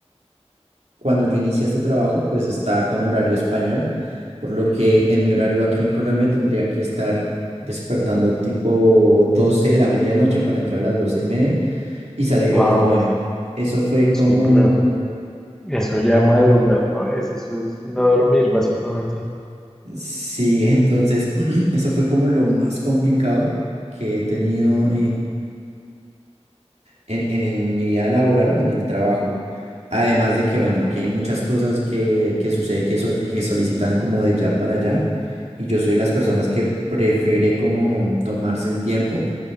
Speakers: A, on the right; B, in the centre.
A: cuando yo inicié este trabajo, pues está con horario español, por lo que en mi horario aquí en Colombia tendría que estar despertando tipo 12 de la medianoche para entrar a las 12 y media y salir
B: Wow,
A: a las nueve Eso fue
B: sí,
A: como,
B: pero eso ya madrugar no es, eso es no dormir básicamente.
A: sí, <laughs> entonces, <clears throat> eso fue como lo más complicado que he tenido en, en- en mi vida laboral o en el trabajo. Además de que, bueno, aquí hay muchas cosas que, que sucede que, sol- que solicitan como de ya para allá. Y yo soy de las personas que prefiere como tomarse el tiempo,